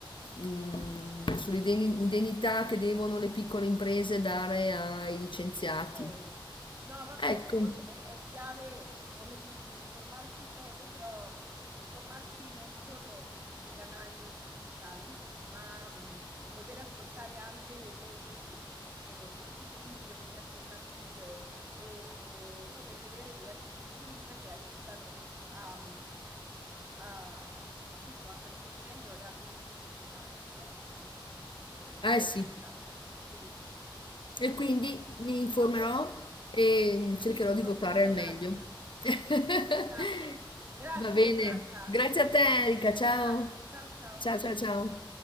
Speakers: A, on the left; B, on the right.
A: mm, sull'indennità che devono le piccole imprese dare ai licenziati.
B: Ok, no, vabbè,
A: Ecco,
B: secondo me è chiave, come dici tu, informarsi bene, però informarsi non solo sui canali ufficiali, ma mh, poter ascoltare anche voci, eh, voci critiche, voci alternative e, e vedere diversi punti di vista che aiutano a, mh, a- appunto, a capire meglio e a dove posizionarsi, no? Ne- eh, nella
A: eh sì.
B: scelta. Sì,
A: E quindi mi informerò
B: Vabbè,
A: e cercherò
B: sì, ci informeremo,
A: di votare al
B: dai.
A: meglio. <laughs>
B: Esatto. Grazie
A: Va bene,
B: Franca.
A: grazie a te Erika, ciao.
B: L'abbraccio. Ciao ciao.
A: Ciao ciao ciao.